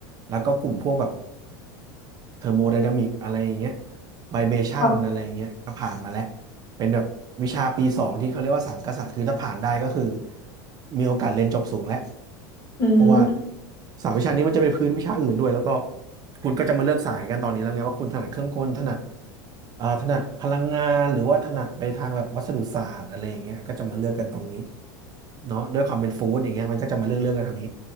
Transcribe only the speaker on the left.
อ่ะ
อืม